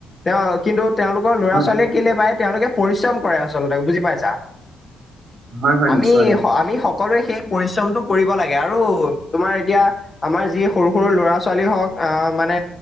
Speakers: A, on the left (about 30°); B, on the right (about 60°).
A: তেওঁ কিন্তু তেওঁলোকৰ লৰা
B: হয়
A: ছোৱালীয়ে কেলৈ পায় তেওঁলোকে পৰিশ্ৰম কৰে আচলতে বুজি পাইছা।
B: হয় হয়
A: আমি
B: নিশ্চয় অ
A: আমি সকলোৱে সেই পৰিশ্ৰমটো কৰিব লাগে আৰু। তোমাৰ এতিয়া আমাৰ যি সৰু সৰু ল'ৰা ছোৱালী হওক আহ মানে।